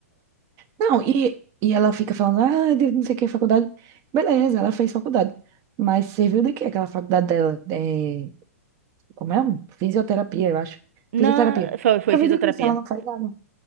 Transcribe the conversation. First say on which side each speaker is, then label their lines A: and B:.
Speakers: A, on the right; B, on the right.
A: Não, e, e ela fica falando, ah, de não sei o que, faculdade. Beleza, ela fez faculdade. Mas serviu de quê aquela faculdade dela? É, como é? Fisioterapia, eu acho. Fisioterapia.
B: Não, foi, foi
A: Serviu
B: fisioterapia.
A: de quê se ela não faz nada?